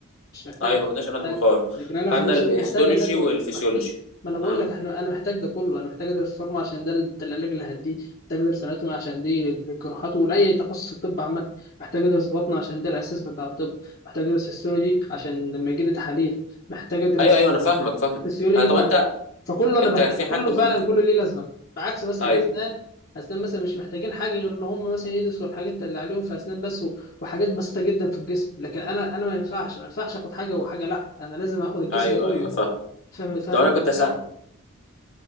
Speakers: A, on the left; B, on the left.
A: مش محتاجة
B: ايوه ما خدناش اناتومي
A: محتاج.
B: خالص
A: لكن انا
B: خدنا
A: في بشري
B: الهيستولوجي
A: محتاج اناتومي
B: والفسيولوجي
A: محتاج ما انا بقول
B: امم
A: لك احنا انا محتاج ده كله انا محتاج ادرس فارما عشان ده, ال- ده العلاج اللي هديه محتاج ادرس اناتومي عشان دي الجراحات ولاي تخصص في الطب عامة محتاج ادرس بطن عشان ده الاساس بتاع الطب محتاج ادرس هيستولوجي عشان لما يجي لي تحاليل محتاج ادرس
B: ايوه ايوه انا فاهمك فاهمك
A: فسيولوجي
B: آه طب
A: ف...
B: انت
A: فكله انا
B: انت
A: بهت...
B: في حد
A: كله
B: من
A: فعلا كله ليه لازمه بعكس مثلا
B: ايوه
A: اسنان اسنان مثلا مش محتاجين حاجه غير ان هم مثلا يدرسوا الحاجات اللي عليهم في اسنان بس و... وحاجات بسيطه جدا في الجسم لكن انا انا ما ينفعش انا ما ينفعش اخد حاجه وحاجه لا انا لازم اخد الجسم
B: ايوه
A: كله
B: ايوه فاهم
A: فاهم فاهم
B: طب انا
A: أنت
B: كنت
A: الفكرة؟
B: اسالك